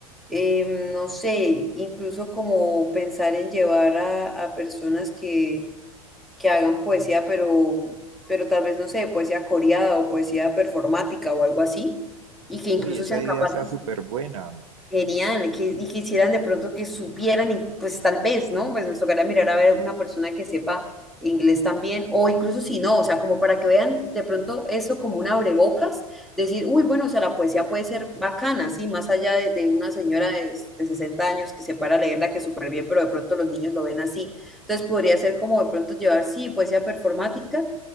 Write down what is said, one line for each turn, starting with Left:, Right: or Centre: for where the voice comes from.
Centre: eh, no sé, incluso como pensar en llevar a, a personas que, que hagan poesía, pero, pero tal vez, no sé, poesía coreada o poesía performática o algo así, y que incluso
Right: Uy, esa
Centre: sean
Right: idea
Centre: capaces
Right: está súper buena.
Centre: Genial, que, y quisieran de pronto que supieran, y pues tal vez, ¿no? Pues nos tocará mirar a ver una persona que sepa inglés también, o incluso si no, o sea, como para que vean de pronto eso como un abrebocas, decir, uy, bueno, o sea, la poesía puede ser bacana, sí, más allá de, de una señora de, de 60 años que se para a leerla, que súper bien, pero de pronto los niños lo ven así. Entonces podría ser como de pronto llevar, sí, poesía performática,